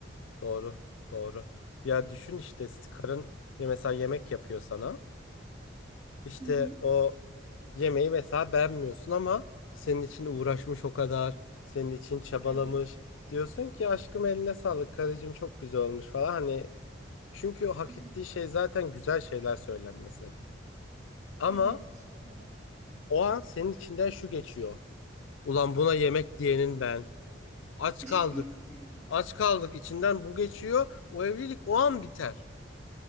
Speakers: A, on the left; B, on the right.
A: Doğru. Doğru. Ya düşün işte karın ya mesela yemek yapıyor sana. İşte
B: Hı hı.
A: o Yemeği mesela beğenmiyorsun ama senin için uğraşmış o kadar, senin için çabalamış.
B: Evet.
A: Diyorsun ki aşkım eline sağlık, karıcığım çok güzel olmuş falan. Hani çünkü o hak
B: <laughs>
A: ettiği şey zaten güzel şeyler söylenmesi. Ama
B: Evet, evet.
A: o an senin içinden şu geçiyor. Ulan buna yemek diyenin ben. Aç
B: <laughs>
A: kaldık. Aç kaldık içinden bu geçiyor. O evlilik o an biter.